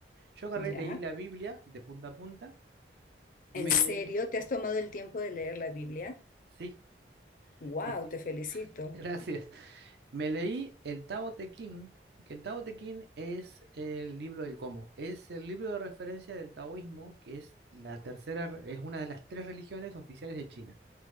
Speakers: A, on the right; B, on the left.
A: yo agarré,
B: Ya.
A: leí la Biblia de punta a punta, me
B: ¿En serio?
A: leí,
B: ¿Te has tomado el tiempo de leer la Biblia?
A: sí,
B: Wow,
A: sí, sí,
B: te felicito.
A: <laughs> gracias, me leí el Tao Te Ching, que el Tao Te Ching es el libro del cómo, es el libro de referencia del taoísmo, que es la tercera, re- es una de las tres religiones oficiales de China.